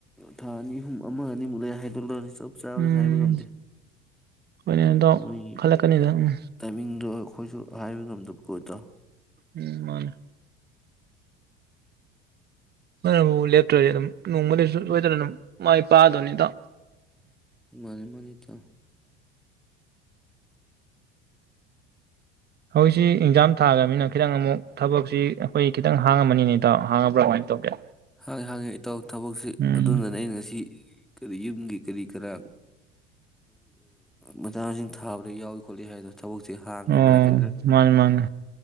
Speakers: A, in the centre; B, on the right.
A: ꯊꯥ ꯑꯅꯤ ꯑꯍꯨꯝ ꯑꯃ ꯑꯅꯤꯃꯨꯛ ꯂꯩ ꯍꯥꯏꯗꯣꯛꯂꯔꯅꯤ ꯆꯞ ꯆꯥꯕꯗ
B: ꯎꯝ
A: ꯍꯥꯏꯕ ꯉꯝꯗꯦ
B: ꯍꯣꯏꯅꯦ ꯏꯇꯥꯎ
A: ꯃꯣꯏ
B: ꯈꯜꯂꯛꯀꯅꯤꯗ ꯎꯝ
A: ꯇꯥꯏꯃꯤꯡꯗꯣ ꯑꯩꯈꯣꯏꯁꯨ ꯍꯥꯏꯕ ꯉꯝꯗꯕꯀꯣꯠꯇ
B: ꯎꯝ ꯃꯥꯅꯦ ꯑꯗꯨꯕꯨ ꯂꯦꯞꯇ꯭ꯔꯗꯤ ꯑꯗꯨꯝ ꯅꯣꯡꯃꯗꯁꯨ ꯁꯣꯏꯗꯅ ꯑꯗꯨꯝ ꯃꯥꯏ ꯄꯥꯗꯕꯅꯤꯗ
A: ꯃꯥꯅꯤ ꯃꯥꯅꯤꯇ
B: ꯍꯧꯖꯤꯛꯁꯤ ꯑꯦꯛꯖꯥꯝ ꯊꯥꯈ꯭ꯔꯕꯅꯤꯅ ꯈꯤꯇꯪ ꯑꯃꯨꯛ ꯊꯕꯛꯁꯤ ꯑꯩꯈꯣꯏ ꯈꯤꯇꯪ ꯍꯥꯡꯉꯝꯃꯅꯤꯅꯦꯇꯥꯎ ꯍꯥꯡꯉꯕ꯭ꯔꯥ ꯀꯃꯥꯏꯅ ꯇꯧꯒꯦ
A: ꯍꯪ ꯍꯪꯉꯦ ꯏꯇꯧ ꯊꯕꯛꯁꯤ
B: ꯎꯝ
A: ꯑꯗꯨꯅꯅꯦ ꯑꯩꯅ ꯉꯁꯤ ꯀꯔꯤ ꯌꯨꯝꯒꯤ ꯀꯔꯤ ꯀꯔꯥ ꯃꯇꯆꯥꯁꯤꯡ ꯊꯥꯕꯗ ꯌꯥꯎꯏ ꯈꯣꯠꯂꯤ ꯍꯥꯏꯗ ꯊꯕꯛꯁꯤꯦ ꯍꯥꯡꯉꯕ
B: ꯑꯣ
A: ꯍꯥꯏꯗ
B: ꯃꯥꯅꯤ ꯃꯥꯅꯤ